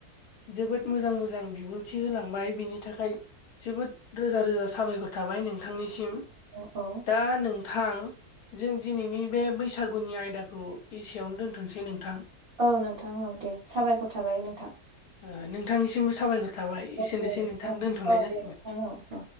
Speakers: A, on the left; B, on the right.
A: जोबोद मोजां मोजां बिबुंथि होलांबाय बिनि थाखाय जोबोद रोजा रोजा साबायखर थाबाय नोंथांनिसिम
B: औ
A: दा नों थां जों दिनैनि बे बैसागुनि आयदाखौ एसेयावनो दोनथ'सै नोंथां।
B: औ नोंथां औ दे साबायखर थाबाय नोंथां।
A: ओ नोंथांनिसिमबो साबायखर थाबाय
B: औ
A: एसेनोसै
B: औ
A: नोंथां दोनथ'नाय
B: औ
A: जासिगोन।
B: दे नोंथां औ औ